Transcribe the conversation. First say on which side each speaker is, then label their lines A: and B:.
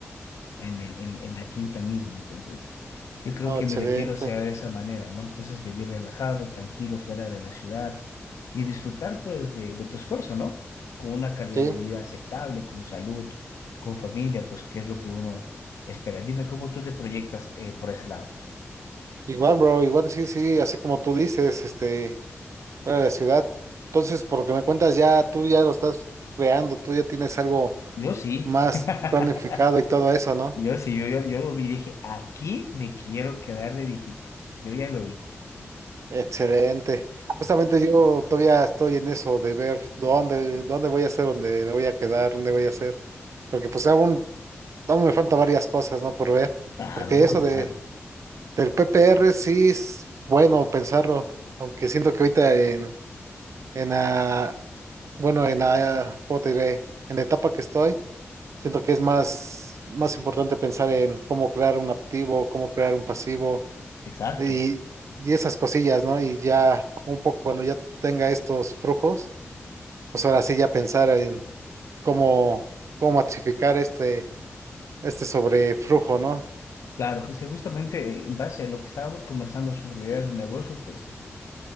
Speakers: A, on the left; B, on the right.
A: en el, en, en la quinta mismo. Entonces, yo creo
B: no,
A: que
B: excelente,
A: mi retiro sea de esa manera, ¿no? Entonces, vivir relajado, tranquilo, fuera de la ciudad y disfrutar, pues, de, de tu esfuerzo, ¿no? Con una calidad
B: sí,
A: de vida aceptable, con salud, con familia, pues, que es lo que uno espera. Dime cómo tú te proyectas eh, por ese lado.
B: igual, bro, igual, sí, sí, así como tú dices, este, fuera de la ciudad, entonces, por lo que me cuentas, ya tú ya lo estás creando, tú ya tienes algo
A: Yo sí.
B: más
A: <laughs>
B: planificado y todo eso, ¿no?
A: Yo sí, yo, yo, yo lo vi y dije, aquí me quiero quedar de viejito. Yo ya lo vi.
B: Excelente. Justamente yo todavía estoy en eso de ver dónde, dónde voy a hacer, dónde me voy a quedar, dónde voy a hacer. Porque pues aún, aún me faltan varias cosas, ¿no? Por ver.
A: Claro,
B: Porque
A: es
B: eso
A: normal.
B: de, del PPR sí es bueno pensarlo. Aunque siento que ahorita en, en la, bueno, en la, ¿cómo te diré? En la etapa que estoy, siento que es más, más importante pensar en cómo crear un activo, cómo crear un pasivo
A: Exacto.
B: y, y esas cosillas, ¿no? Y ya un poco cuando ya tenga estos flujos, pues ahora sí ya pensar en cómo, cómo masificar este, este sobreflujo, ¿no?
A: Claro, es que justamente en base a lo que estábamos conversando sobre ideas de negocio, pues